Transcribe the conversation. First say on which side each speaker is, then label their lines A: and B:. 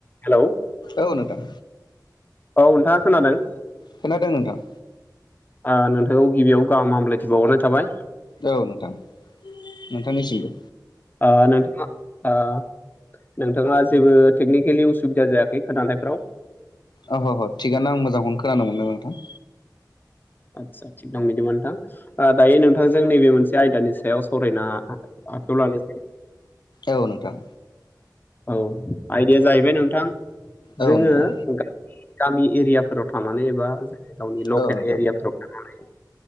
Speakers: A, on the left (about 25°); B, on the left (about 80°).
A: हेलौ
B: औ नोंथां
A: औ नोंथाङा खोनादों?
B: खोनादों नोंथां।
A: ओ नोंथांखौ गिबियाव गाहाम हामब्लायथि बावहरनाय थाबाय।
B: औ नोंथां नोंथांनिसिमबो।
A: ओ नोथाङा ओ नोंथाङा जेबो टेकनिकेलि उसुबिदा जायाखै खोनानायफ्राव?
B: ओहो ओहो थिगआनो आं मोजांखौनो खोनानो मोनो नोंथां।
A: आदसा थिग दं बिदिबा नोंथां दायो नोंथांजों नैबे मोनसे आयदानि सायाव सावरायना आखायाव लानोसै।
B: औ नोंथां
A: औ आइदाया जाहैबाय नोंथां
B: औ
A: जोङो
B: नोंथां
A: गामि एरियाफोराव थानानै एबा जों गावनि लकेल
B: औ नोंथां
A: एरियाफोराव थानानै